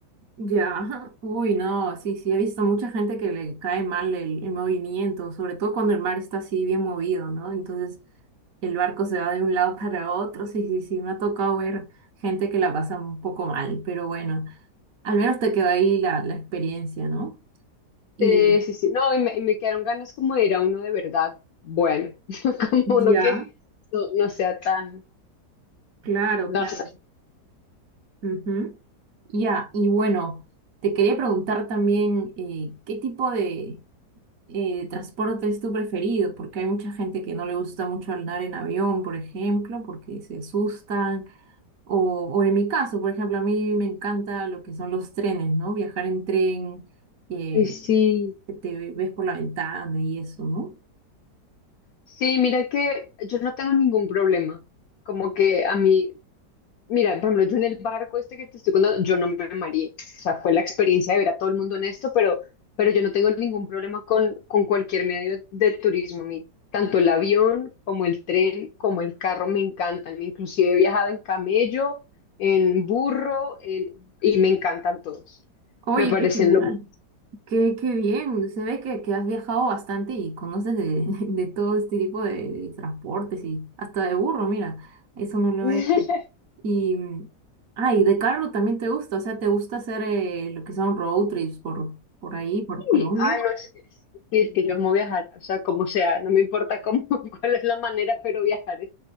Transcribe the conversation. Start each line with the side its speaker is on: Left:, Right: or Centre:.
Right: Ya, <laughs> ajá. uy, no, sí, sí, he visto mucha gente que le cae mal el, el movimiento, sobre todo cuando el mar está así bien movido, ¿no? Entonces el barco se va de un lado <laughs> para otro, sí, sí, sí, me ha tocado ver gente que la pasa un poco mal, pero bueno, al menos te quedó ahí la, la experiencia, ¿no? Y
Left: Sí, sí, sí. No, y me, y me quedaron ganas como de ir a uno de verdad. Bueno, <laughs> como uno
Right: ya,
Left: que no, no sea tan...
Right: claro, claro.
Left: No sé.
Right: ujú. Ya, y bueno, te quería preguntar también, eh, ¿qué tipo de, eh, transporte es tu preferido? Porque hay mucha gente que no le gusta mucho andar en avión, por ejemplo, porque se asustan. O, o en mi caso, por ejemplo, a mí me encanta lo que son los trenes, ¿no? Viajar en tren, eh,
Left: Ay, Sí,
Right: que te ve- ves por la ventana y eso, ¿no?
Left: sí, mira que yo no tengo ningún problema. Como que a mí Mira, por ejemplo, yo en el barco este que te estoy contando, yo no me mareé. O sea, fue la experiencia de ver a todo el mundo en esto, pero, pero yo no tengo ningún problema con, con cualquier medio de turismo. A mí, tanto el avión como el tren, como el carro me encantan. Inclusive he viajado en camello, en burro, en- y me encantan todos.
Right: Oye,
Left: Me parecen
Right: qué genial.
Left: lo más.
Right: Qué, qué bien, se ve que, que has viajado bastante y conoces de, <laughs> de todo este tipo de, de transportes y hasta de burro, mira, eso no lo
Left: <laughs>
Right: he hecho. Y, mm, ah, y de carro también te gusta, o sea, te gusta hacer eh, lo que son road trips por, por ahí, por Colombia.
Left: Sí. Ah, no es, es- sí, es que yo amo viajar, o sea, como sea, no me importa cómo, <laughs> cuál es la manera, pero viajar es,